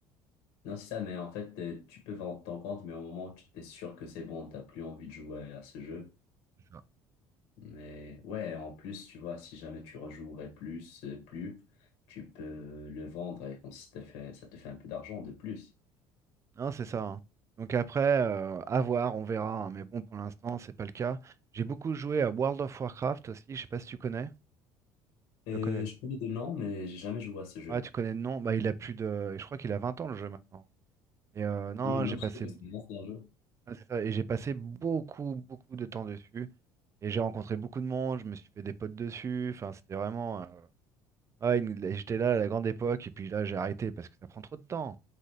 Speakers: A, on the left; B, on the right.
A: Non, c'est ça, mais en fait, euh, tu peux vendre ton compte, mais au moment où tu t'es sûr que c'est bon, t'as plus envie de jouer à ce jeu.
B: c'est ça.
A: Mais ouais, en plus, tu vois, si jamais tu rejouerais plus, euh, plus, tu peux le vendre et comme ça te fait, ça te fait un peu d'argent de plus.
B: Non, c'est ça. hein. Donc après, euh, à voir, on verra. hein. Mais bon, pour l'instant, c'est pas le cas. J'ai beaucoup joué à World of Warcraft aussi. Je sais pas si tu connais. Tu
A: Euh,
B: le connais.
A: je connais des noms, mais j'ai jamais joué à ce jeu.
B: Ouais, tu connais le nom. Bah, il a plus de. Je crois qu'il a 20 ans le jeu maintenant. Et euh, non,
A: Hmm,
B: j'ai
A: non,
B: passé.
A: je sais que c'est un ancien jeu.
B: ouais, c'est ça. Et j'ai passé beaucoup, beaucoup de temps dessus. Et j'ai rencontré beaucoup de monde. Je me suis fait des potes dessus. Enfin, c'était vraiment. euh, Ouais, une- j'étais là à la grande époque. Et puis là, j'ai arrêté parce que ça prend trop de temps.